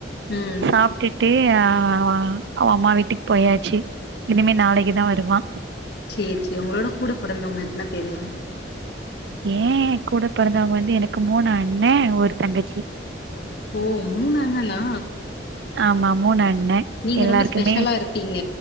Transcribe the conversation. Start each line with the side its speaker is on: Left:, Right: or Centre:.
Left: ம்
Right: சாப்ட்டுட்டு அ அவ அம்மா வீட்டுக் போயாச்சு இனிமே நாளைக்கு தா வருவா
Left: சேர் சேர் உங்களோட கூட பொறந்தவங்க எத்தன பேரு
Right: ஏ கூட பிறந்தவங்க வந்து எனக்கு மூனு அண்ண ஒரு தங்கச்சி
Left: ஓ மூனு அண்ணனா
Right: ஆமா மூணு அண்ணே
Left: நீங்க
Right: எல்லாருக்குமே
Left: ரொம்ப ஸ்பெஷலா இருப்பீங்க